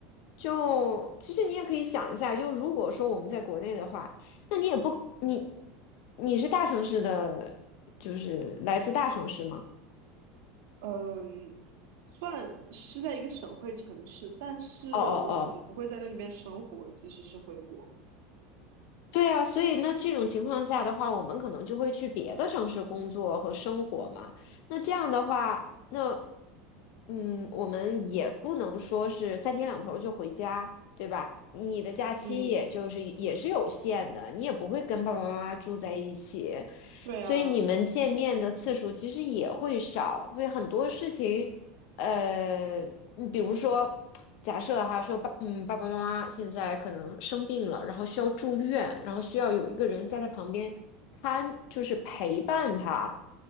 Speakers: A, on the left; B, on the right.
A: 就其实你也可以想一下，就如果说我们在国内的话，那你也不你你是大城市的，就是来自大城市吗？
B: 嗯，算是在一个省会城市，但是我可能不会在那里面生活，
A: 哦哦哦。
B: 即使是回国。
A: 对啊，所以那这种情况下的话，我们可能就会去别的城市工作和生活嘛。那这样的话，那嗯，我们也不能说是三天两头儿就回家，对吧？你的假期也就是也是有限的，
B: 嗯，
A: 你也不会跟爸爸妈妈住在一起，
B: 对啊，
A: 所以你们见面的次数其实也会少，所以很多事情。呃，嗯比如说，假设哈，说爸，嗯，爸爸妈妈现在可能生病了，然后需要住院，然后需要有一个人在他旁边看，就是陪伴他。